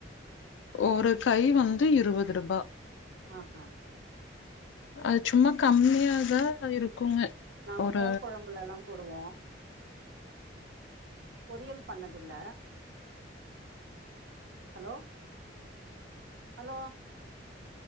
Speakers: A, on the left; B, on the right.
A: ஒரு கை வந்து இருபது ரூபா
B: ஆஹா
A: அது சும்மா கம்மியாதா இருக்குங்க
B: நாங்க
A: ஒரு
B: மோர் கொழம்புல எல்லா போடுவோ பொறியல் பண்ணதில்ல hello hello